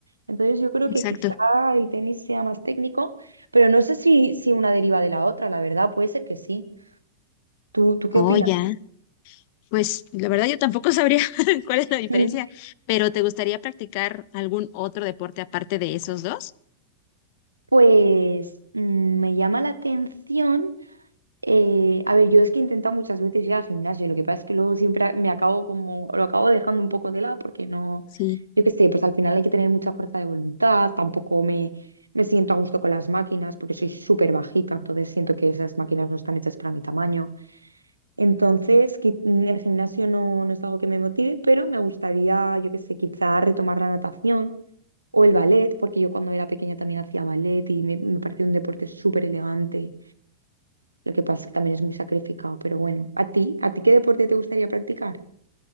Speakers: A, on the right (about 85°); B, on the left (about 50°).
A: Entonces yo creo
B: Exacto.
A: que quizá el tenis sea más técnico, pero no sé si, si una deriva de la otra, la verdad, puede ser que sí. ¿Tú, tú qué
B: Oh,
A: opinas?
B: ya. Pues la verdad yo tampoco sabría <laughs> cuál es la diferencia,
A: <laughs>
B: pero ¿te gustaría practicar algún otro deporte aparte de esos dos?
A: Pues mm, me llama la atención. eh, a ver, yo es que he intentado muchas veces ir al gimnasio, lo que pasa es que luego siempre a- me acabo como, lo acabo dejando un poco de lado porque no,
B: Sí.
A: yo qué sé, pues al final hay que tener mucha fuerza de voluntad, tampoco me, me siento a gusto con las máquinas porque soy súper bajita, entonces siento que esas máquinas no están hechas para mi tamaño. Entonces, qui- mm, el gimnasio no, no es algo que me motive, pero me gustaría, yo qué sé, quizá retomar la natación o el ballet, porque yo cuando era pequeña también hacía ballet y me, me pareció un deporte súper elegante. Lo que pasa es que también es muy sacrificado, pero bueno. ¿A ti? ¿A ti qué deporte te gustaría practicar?